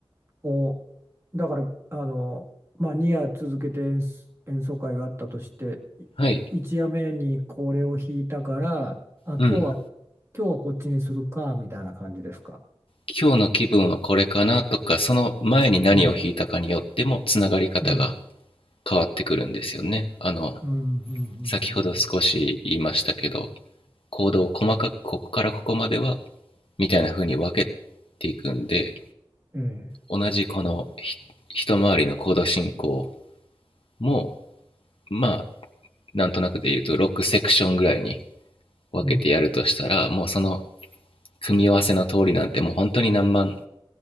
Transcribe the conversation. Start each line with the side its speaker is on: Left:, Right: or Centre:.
Right: こう、だから、あの、まあ、2夜続けて演奏、演奏会があったとして、
Left: はい
Right: 1夜目にこれを弾いたから、あ、
Left: うん
Right: 今日は、今日はこっちにするか、みたいな感じですか。
Left: 今日の気分はこれかなとかその前に何を弾いたかによってもつながり方が
Right: うん、うん、
Left: 変わってくるんですよねあの
Right: うん、うん、うん、
Left: 先ほど少し言いましたけど行動を細かくここからここまではみたいな風に分けていくんで
Right: うんうんええ、
Left: 同じこの一回りの行動進行もまあなんとなくで言うと6セクションぐらいに分けてやるとしたらもうその
Right: うん、
Left: 組み合わせの通りなんてもう本当に何万